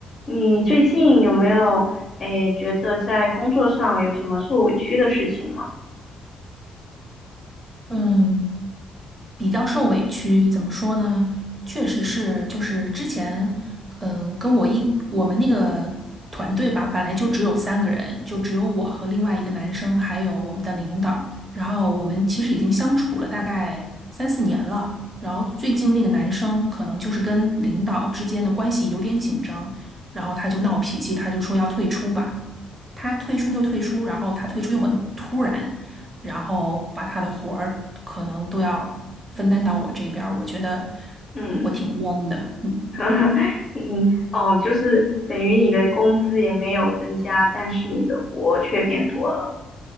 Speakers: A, on the left (about 40°); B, on the right (about 25°).
A: 你最近有没有诶觉得在工作上有什么受委屈的事情吗？
B: 嗯，比较受委屈，怎么说呢？确实是，就是之前，嗯，跟我一我们那个团队吧，本来就只有三个人，就只有我和另外一个男生，还有我们的领导。然后我们其实已经相处了大概三四年了。然后最近那个男生可能就是跟领导之间的关系有点紧张，然后他就闹脾气，他就说要退出吧。他退出就退出，然后他退出又很突然，然后把他的活儿可能都要分担到我这边儿，我觉得
A: 嗯，
B: 我挺冤的。嗯
A: <laughs> 嗯，哦，就是等于你的工资也没有增加，但是你的活却变多了。